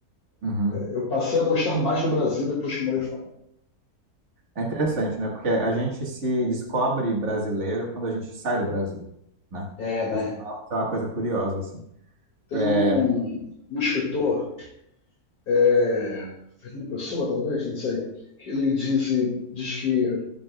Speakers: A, on the right (about 50°); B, on the left (about 80°).
A: Uhum.
B: eu passei a gostar mais do Brasil depois que eu morei fora.
A: É interessante, né? Porque a gente se descobre brasileiro quando a gente sai do Brasil, né?
B: É, né?
A: Acho que é uma é uma coisa curiosa, assim.
B: Tem
A: É,
B: um, um escritor, é, Fernando Pessoa, talvez, não sei, que ele diz, diz que